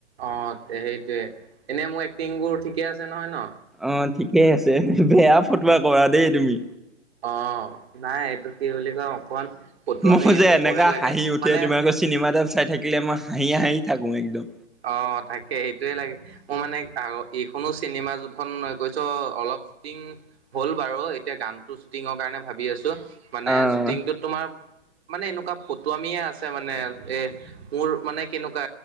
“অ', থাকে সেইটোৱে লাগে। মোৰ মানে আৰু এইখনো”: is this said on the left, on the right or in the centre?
Right